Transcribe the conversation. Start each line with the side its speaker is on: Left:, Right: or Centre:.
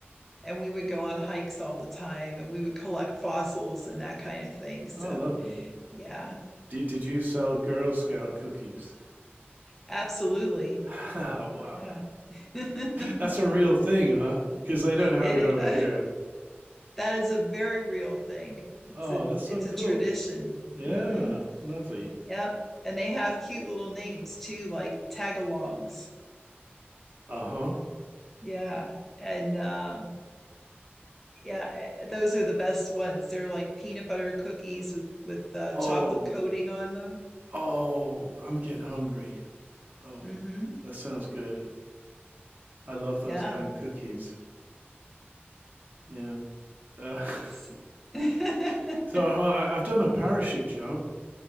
Centre: and we would go on hikes all the time and we would collect fossils and that kind of thing. So,
Right: Oh, lovely.
Centre: yeah,
Right: Did, did you sell Girl Scout cookies?
Centre: absolutely.
Right: <laughs> wow.
Centre: Yeah. <laughs>
Right: That's a real thing, huh? Because they don't have
Centre: It
Right: it over
Centre: uh,
Right: here.
Centre: that is a very real thing. It's
Right: Oh,
Centre: a
Right: that's so
Centre: it's
Right: cool.
Centre: a tradition.
Right: Yeah,
Centre: hmm
Right: lovely.
Centre: Yep. And they have cute little names too, like tagalongs.
Right: Uh-huh.
Centre: Yeah. And um yeah, eh, those are the best ones. They're like peanut butter cookies with with uh,
Right: Oh,
Centre: chocolate coating on them.
Right: oh, I'm getting hungry. Oh,
Centre: hmm
Right: that sounds good. I love those
Centre: Yeah.
Right: kind of cookies. Yeah. Uh,
Centre: S- <laughs>
Right: <laughs> so uh, I- I've done a parachute jump.